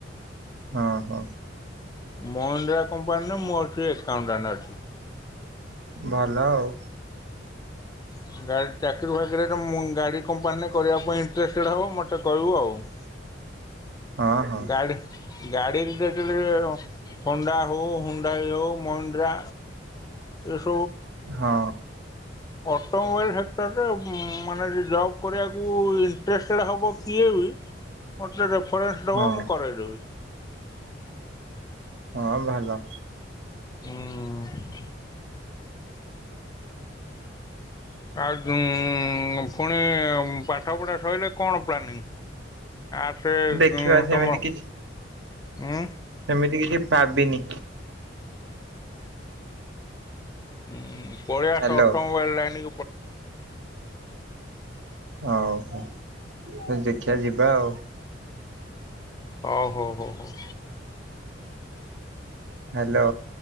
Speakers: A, on the right; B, on the left.
A: ହଁ-ହଁ।
B: ମହେନ୍ଦ୍ରା କମ୍ପାନୀରେ ମୁଁ ଅଛି ଏକାଉଣ୍ଟାଣ୍ଟ ଅଛି।
A: ଭଲ ଆଉ।
B: ହଁ ଗାଡି ଚାକିରି ଫକିରିରେ ମୁଁ ଗାଡ଼ି କମ୍ପାନୀରେ କରିବା ପାଇଁ ଇଣ୍ଟରେଷ୍ଟେଡ ହେବ ମୋତେ କହିବୁ ଆଉ। ହ
A: ଆଉ ହଁ
B: ଗାଡି। ଗାଡ଼ି <inaudible> ହଣ୍ଡା ହଉ ହୁଣ୍ଡାଇ ହଉ ମହିନ୍ଦ୍ରା ଉଃ
A: ହଁ।
B: ଅଟୋମୋବାଇଲ୍ ସେକ୍ଟରରେ ମାନେ ଜବ୍ କରିବାକୁ ଇଣ୍ଟରେଷ୍ଟେଡ୍ ହେବ କିଏ ବି ମତେ ରେଫରେନ୍ସ ଦବ
A: ହଁ
B: ମୁଁ କରଇଦେବି।
A: ହଁ ଭଲ।
B: ହୁଁ ଉଁ-ହୁଁ। ଆଉ ପୁଣି ପାଠ ପଢା ସରିଲ କଣ ପ୍ଲାନିଂ? ଆ ସେ
A: ଦେଖିବା ସେମିତି
B: ତମର
A: କିଛି
B: ଉୁଁ
A: ସେମିତି କିଛି ଭାବିନି।
B: ହୁଁ ପଳେଇଆସ
A: ହ୍ୟାଲୋ
B: ଅଟୋମୋବାଇଲ ଲାଇନ
A: ଓ ହୋ ଦେଖିବା ଯିବା ଆଉ।
B: ହଉ-ହଉ-ହଉ-ହଉ।
A: ହ୍ୟାଲୋ।